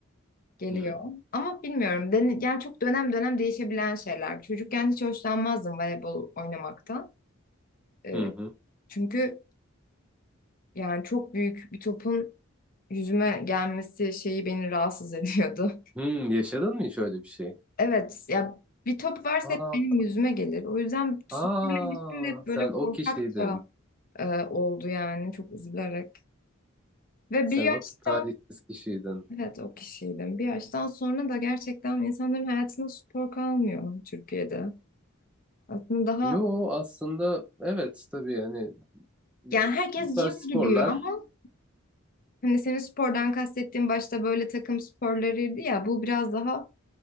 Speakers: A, on the left; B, in the centre.
A: geliyor.
B: Hmm.
A: Ama bilmiyorum. deni- yani çok dönem dönem değişebilen şeyler. Çocukken hiç hoşlanmazdım voleybol oynamaktan. E,
B: Hı hı.
A: çünkü yani çok büyük bir topun yüzüme gelmesi şeyi beni rahatsız <laughs> ediyordu.
B: Hmm, yaşadın mı hiç öyle bir şey?
A: Evet ya bir top varsa
B: Aa,
A: hep benim yüzüme gelir. O yüzden sporla
B: aa,
A: ilişkim de hep böyle
B: sen
A: korkakça
B: o kişiydin.
A: e, oldu yani çok üzülerek. Ve
B: Sen
A: bir yaştan
B: o talihsiz kişiydin.
A: evet o kişiydim. Bir yaştan sonra da gerçekten insanların hayatında spor kalmıyor Türkiye'de. Aslında daha
B: Yo aslında evet tabii yani bu
A: yani herkes
B: tarz
A: gym
B: sporlar.
A: gidiyor ama hani senin spordan kastettiğin başta böyle takım sporlarıydı ya bu biraz daha